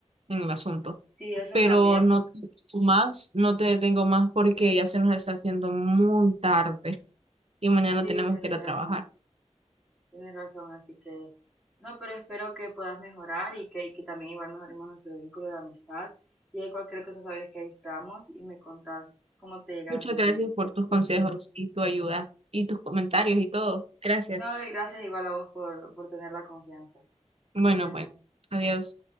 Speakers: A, on the right; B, in the centre.
A: en el asunto.
B: sí, eso
A: Pero
B: también.
A: no te detengo más, no te detengo más porque ya se nos está haciendo muy tarde y mañana
B: Sí,
A: tenemos
B: tienes
A: que ir a
B: razón,
A: trabajar.
B: tienes razón, así que no, pero espero que puedas mejorar y que, y que también igual mejoremos nuestro vínculo de amistad. Y ahí cualquier cosa sabes que ahí estamos y me contás cómo te llegas
A: Muchas
B: a sentir
A: gracias por tus consejos
B: después.
A: y tu ayuda y tus comentarios y todo. Gracias.
B: No, y gracias igual a vos por, por tener la confianza.
A: Bueno,
B: Nos vemos.
A: bueno. Adiós.